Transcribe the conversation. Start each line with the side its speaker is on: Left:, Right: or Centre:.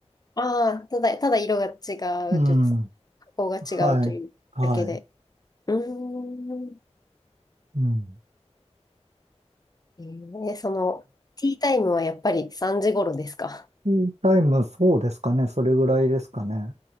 Left: ああ、ただ、ただ色が違うというかさ、
Right: うん、
Left: 加工が違うというだけで。
Right: はい、はい、
Left: うーん。
Right: うん。
Left: えー、その、ティータイムはやっぱり3時頃ですか。
Right: ティータイム、そうですかね。それぐらいですかね。